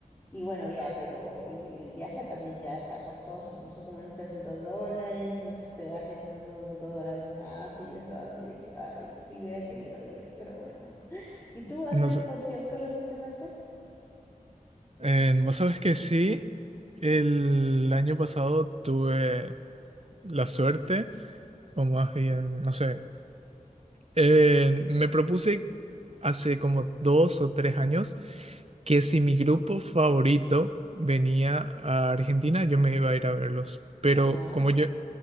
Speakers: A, on the left; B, on the right.
A: Y bueno, ya, pero el, el viaje también ya está costoso, ¿no? Son como unos 300 dólares y más hospedaje como unos 200 dólares más. Y yo estaba así de que, ay, sí hubiera querido ir, pero bueno. ¿Y tú has
B: No
A: ido
B: sé,
A: a un concierto recientemente?
B: eh, vos sabes que sí, el año pasado tuve la suerte, o más bien, no sé, Eh, me propuse hace como dos o tres años que si mi grupo favorito venía a Argentina, yo me iba a ir a verlos. Pero
A: Ajá,
B: como yo,